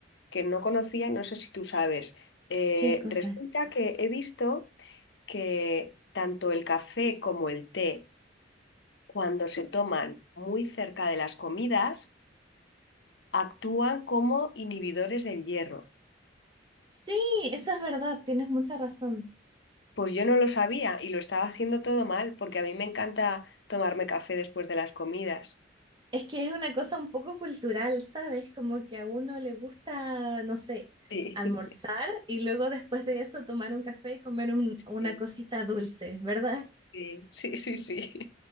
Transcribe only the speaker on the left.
que no conocía, no sé si tú sabes. Eh,
resulta que he visto que tanto el café como el té, cuando se toman muy cerca de las comidas, actúan como inhibidores del hierro.
Pues yo no lo sabía y lo estaba haciendo todo mal porque a mí me encanta tomarme café después de las comidas.
Sí,
<laughs>
sí,
sí, sí, sí. sí.